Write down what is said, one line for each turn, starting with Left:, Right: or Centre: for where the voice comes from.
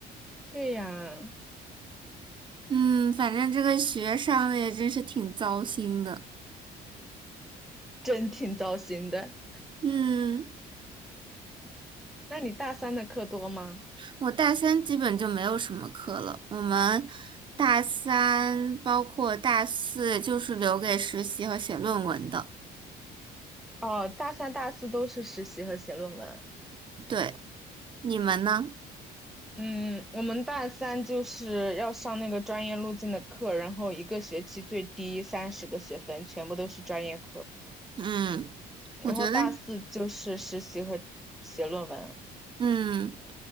Centre: 对呀，
Right: 嗯，反正这个学上的也真是挺糟心的。
Centre: 真挺糟心的。
Right: 嗯，
Centre: 那你大三的课多吗？
Right: 我大三基本就没有什么课了。我们大三包括大四就是留给实习和写论文的。
Centre: 哦，大三、大四都是实习和写论文。
Right: 对，你们呢？
Centre: 嗯，我们大三就是要上那个专业路径的课，然后一个学期最低三十个学分，全部都是专业课。
Right: 嗯，
Centre: 然后大四就是实习和写论文。
Right: 我觉得，嗯，